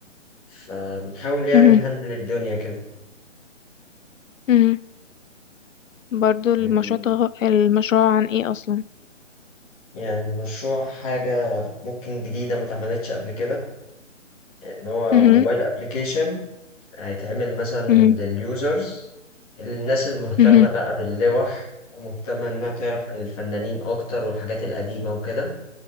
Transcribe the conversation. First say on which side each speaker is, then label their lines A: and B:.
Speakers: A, on the left; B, on the left.
A: فبنحاول يعني
B: مهم.
A: نهندل الدنيا كده
B: مهم. برضو
A: يعني
B: المشروع تغ... المشروع عن ايه اصلا
A: يعني المشروع حاجة ممكن جديدة ما اتعملتش قبل كده إن هو
B: مهم.
A: موبايل أبليكيشن هيتعمل مثلا
B: مهم.
A: لليوزرز الناس المهتمة
B: مهم.
A: بقى باللوح ومهتمة إنها تعرف عن الفنانين أكتر والحاجات القديمة وكده